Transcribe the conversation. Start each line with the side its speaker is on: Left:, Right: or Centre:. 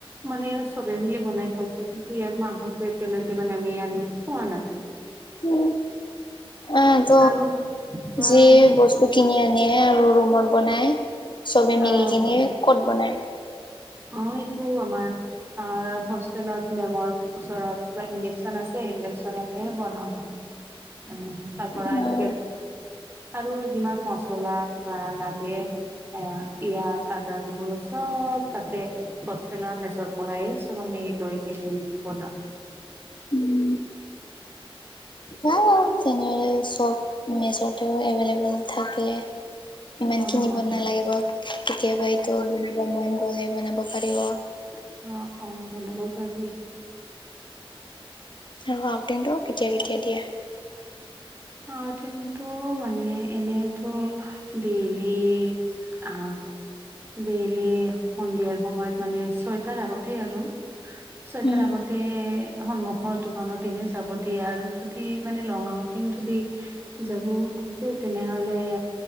Right: মানে চবে মিলি বনাই খাইছো কিন্তু ইয়াৰ মাহত কেলক মানে আমি আনি খোৱা নাই।
Left: উম, অহ ত
Right: আৰু অ
Left: যি বস্তু কিনি আনে আৰু ৰুমত বনাই চবে
Right: অ',
Left: মিলি কিনি, ক'ত বনাই?
Right: অ, এইটো আমাৰ আৰু হোষ্টেলত মেমৰ ওচৰত কিবা ইণ্ডেকচন আছে ইণ্ডেকচনতে বনাওঁ আমি। <unintelligible>
Left: উম,
Right: আনি আৰু যিমান মচলা কিবা লাগে, এ পিযয়াজ আদা নহৰু চব তাতে হোষ্টেলৰ মেজৰ পৰা চব আমি লৈ কি বনাও।
Left: উম, হ তেনেহলে চব মেচতেও এভেইলেবল থাকে। ইমান
Right: অ',
Left: কিনিব নালাগিব কেতিয়াবা এইটো বনাব মন গ'লে বনাব পাৰিব।
Right: অ, অ, বনাব পাৰি।
Left: আৰু আউটিংটো কেতিয়া কেতিয়া দিয়ে?
Right: <inaudible> মানে এনেতো ডেইলি অ, ডেইলি সন্ধিয়াৰ সময়ত মানে ছয়টাৰ আগতে আৰু, চুৱেটাৰ
Left: উম,
Right: আগতে সন্মুখৰ দোকানত এনে যাব দিয়ে আৰু যদি মানে লং আউটিং যদি যাব খোজে তেনেহলে